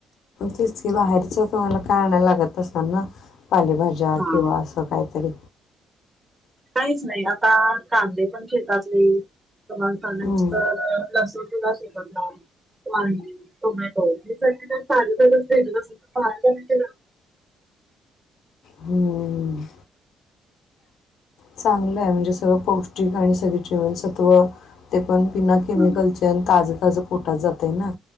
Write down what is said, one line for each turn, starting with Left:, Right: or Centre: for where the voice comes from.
Left: तेच की, बाहेरच तुम्हाला काय आणायला लागत नसल ना पालेभाज्या ज्या
Right: हां.
Left: किंवा असं काहीतरी
Right: काहीच नाही, आता कांदे पण शेतातले <unintelligible>
Left: हम्म.
Right: लसूण सुद्धा शेतातला. वांगी, टोमॅटो हे <unintelligible> ताज ताज <unintelligible>
Left: हम्म. चांगलं आहे म्हणजे सगळं पौष्टिक आणि सगळी जीवनसत्त्व ते पण बिना केमिकलचे
Right: हं,
Left: आणि ताज ताज पोटात जातय ना.